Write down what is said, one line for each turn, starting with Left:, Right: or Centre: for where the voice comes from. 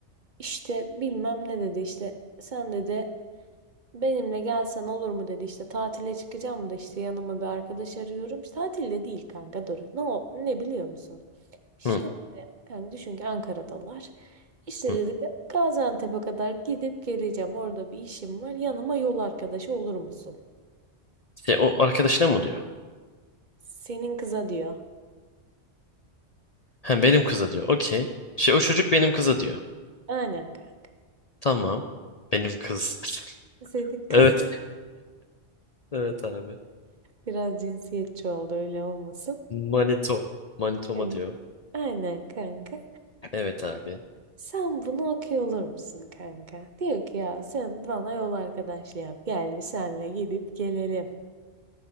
Right: işte bilmem ne dedi işte sen dedi benimle gelsen olur mu dedi işte tatile çıkacağım da işte yanıma bir arkadaş arıyorum. İşte tatilde değil kanka dur. Ne, o- ne biliyor musun? İşte
Left: Hı.
Right: dedi kanka düşün ki Ankara'dalar. İşte
Left: Hı.
Right: dedi Gaziantep'e kadar gidip geleceğim. Orada bir işim var. Yanıma yol arkadaşı olur musun?
Left: Şey, o arkadaşına mı diyor?
Right: Senin kıza diyor.
Left: Ha, benim kıza diyor. Okey. Şey o çocuk benim kıza diyor.
Right: Aynen kanka.
Left: Tamam. Benim kız. <laughs>
Right: Senin kız
Left: Evet. Evet abi.
Right: biraz cinsiyetçi oldu öyle olmasın.
Left: Manito. Manitoma
Right: Senin.
Left: diyor.
Right: Aynen kanka.
Left: Evet abi.
Right: Sen bunu okuyor olur musun kanka? Diyor ki ya sen bana yol arkadaşlığı yap. Gel bir senle gidip gelelim